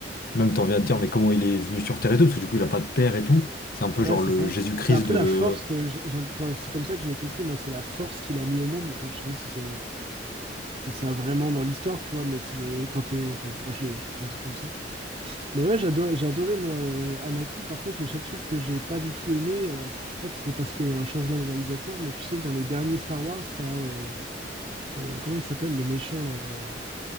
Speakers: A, on the left; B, on the right.
A: même t'en viens de dire, mais comment il est venu sur Terre et tout, parce que du coup, il a pas de père et tout. C'est un peu
B: Ouais,
A: genre
B: c'est
A: le
B: ça.
A: Jésus-Christ
B: C'est un peu
A: de
B: la force. euh, j'ai- j'ai- Enfin, c'est comme ça que je l'ai compris. Moi, c'est la force qu'il a mis au monde. Enfin, je sais pas si c'est c'est ça vraiment dans l'histoire, tu vois, mais c'est le quand t'es. Enfin, moi, je l'ai je l'ai senti comme ça, quoi. Mais ouais, j'adore, j'ai adoré moi euh, Anakin. Par contre, le seul truc que j'ai pas du tout aimé, alors je crois que c'est parce qu'il y a eu un changement de réalisateur, mais tu sais, dans les derniers Star Wars, t'as euh, euh, comment il s'appelle le méchant là. euh,